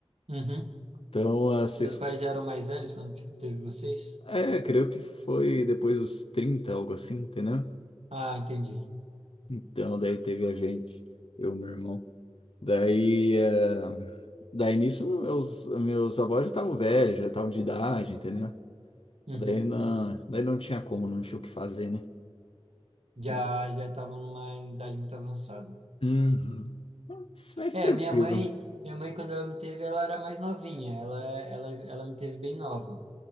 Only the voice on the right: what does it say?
Uhum.
Seus
pais já eram mais velhos quando te- teve vocês?
Ah, entendi.
Uhum.
Já
já estavam numa idade muito avançada.
É,
minha mãe, minha mãe quando ela me teve, ela era mais novinha, ela ela ela me teve bem nova.